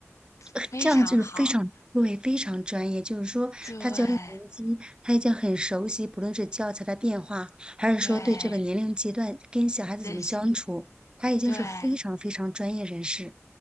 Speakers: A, on the left (about 85°); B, on the right (about 20°).
A: 非常好。
B: 呃这样就是非常对，非常专业。就是说，
A: 对
B: 他教一年级，他已经很熟悉，不论是教材的变化，还是说对这个年龄阶段跟小孩子怎么相处，
A: 对，这些
B: 他已经是非常非常专业人士。
A: 对。